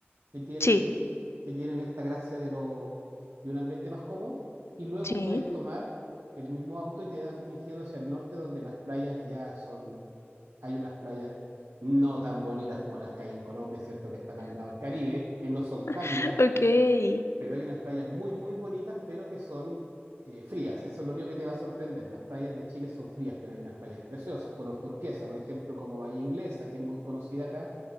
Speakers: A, on the right; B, on the left.
A: que tienen,
B: Sí,
A: que tienen esta gracia de, lo, de un ambiente más cómodo, y luego
B: sí,
A: puedes tomar el mismo auto y te das dirigiendo hacia el norte, donde las playas ya son, hay unas playas no tan bonitas como las que hay en Colombia, ¿cierto? Que están al lado del Caribe, que no son cálidas,
B: <laughs> ok.
A: pero hay unas playas muy, muy bonitas, pero que son eh, frías. Eso es lo único que te va a sorprender. Las playas de Chile son frías, pero hay unas playas preciosas, color turquesa, por ejemplo, como Bahía Inglesa, que es muy conocida acá,